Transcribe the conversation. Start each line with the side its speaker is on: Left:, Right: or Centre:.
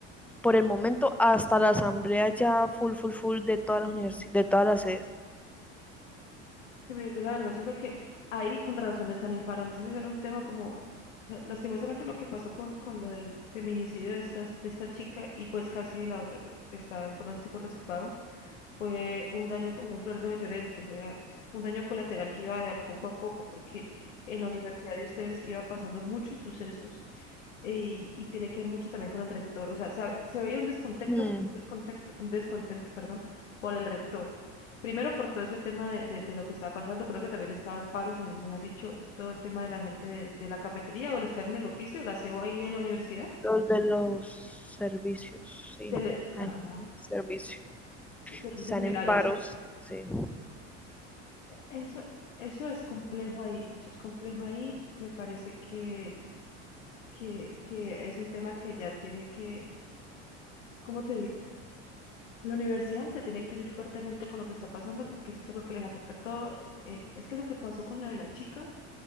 Centre: Por el momento, hasta la asamblea ya full, full, full de todas las universi- de todas las sedes.
Left: Sí, mire, yo la verdad siento que ahí con razón están en paro. Entonces era un tema como, o sea, lastimosamente lo que pasó con, con lo del feminicidio de esta, de esta chica y pues casi de la otra, pero está en pronóstico reservado, fue un daño como un florero de Llorente, fue a- un daño colateral que iba de a poco a poco, porque en la universidad de ustedes iba pasando muchos sucesos y, y tiene que ver mucho también con el rector. O sea, sa- se veía un descontento,
Centre: Mm,
Left: descontento, un descontento, perdón, por el rector. Primero por todo ese tema de, de, de lo que estaba pasando, creo que también estaba en paro, si no me han dicho todo el tema de la gente de, de la cafetería o los que hacen el oficio, la aseo ahí de la universidad.
Centre: Los de los servicios, sí.
Left: Se le,
Centre: Ay,
Left: ajá,
Centre: servicio.
Left: sí, servicios
Centre: Están
Left: generales.
Centre: en paros, sí.
Left: Eso, eso es complejo ahí, eso es complejo ahí. Me parece que, que, que es un tema que ya tiene que, cómo te digo? La universidad se tiene que unir fuertemente con lo que está pasando porque eso es lo que les afecta a todo. Eh, eh, es que lo que pasó con lo de la chica,